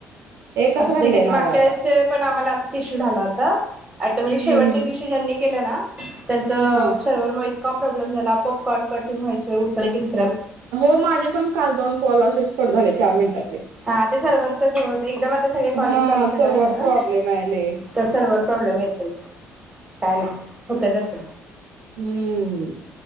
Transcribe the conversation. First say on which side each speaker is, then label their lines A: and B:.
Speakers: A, on the right (about 80°); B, on the right (about 15°).
A: एकच
B: असूद्या
A: राहिलय
B: घ्या ते मागच्या
A: माझा आता
B: वेळेस पण आम्हाला अस इशू झाला होता. ऑटोमॅटिक शेवटच्या
A: हम्म हम्म
B: दिवशी ज्यांनी केलं ना. त्यांचं
A: हा
B: सर्वर म का प्रॉब्लेम झाला आपोआप कॉल कटिंग व्हायचे उचलाय गेलीस
A: हो माझे पण काल दोन कॉल असेच कट झाले चार मिनिटाचे.
B: हा ते सर्व्हरच घोळ होतय, एकदम आता सगळे कॉलिंग
A: हा
B: चालू केलं
A: सर्वर
B: असेल ना
A: प्रॉब्लेम आले
B: तर प्रॉब्लेम येतच काय नाही होत तस.
A: हम्म